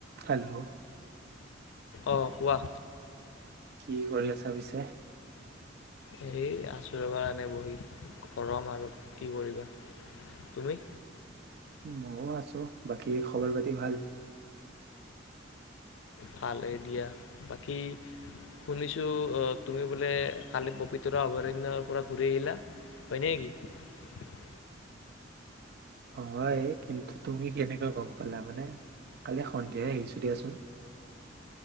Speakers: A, on the right (about 55°); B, on the left (about 70°).
A: Hello
B: অঁ কোৱা
A: কি কৰি আছা পিছে
B: এই আচৰিব এনে বহি গৰম আৰু কি কৰিবা তুমি
A: ময়ও আছো বাকী খবৰ পাতি ভাল
B: ভালে দিয়া বাকী শুনিছো তুমি বোলে কালি পবিতৰা অভয়াৰণ্যৰ পৰা ঘূৰি আহিলা হয় ন নেকি
A: হয় কিন্তু তুমি কেনেকৈ গম পালা মানে কালি সন্ধিয়াই আহিছো দিয়াচোন